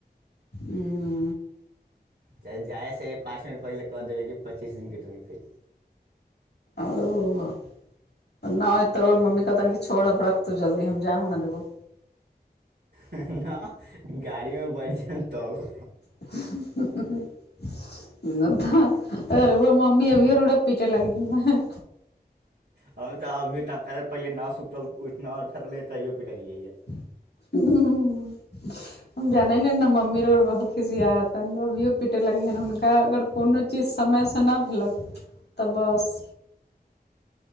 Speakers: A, on the left (about 80°); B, on the right (about 80°).
A: हू
B: चाहे जाइसँ पाँच मिनट पहिलेऽ कह देबै कि पच्चीस दिनके ट्रिप हइ
A: ओ नऽ हो तरोर मम्मी कहतनि छोड़ब रख तू जल्दी हम जाहू ने देबो
B: नऽ गाड़ीमे बैठ जायब तब
A: <unintelligible> नऽ तऽ रौवा मम्मी अभिये रोरा पीटे लागि ह ने
B: हम तऽ अभी टक पहिले नऽ सुतल उठ नहि उठललै तहियो पिटलियै यऽ
A: <unintelligible> हम जने ने न मम्मी रोर बा खिसियात अभियो पिटेलगी हन हुनका अगर कोनो चीज समयसँ नहि भेलक तऽ बस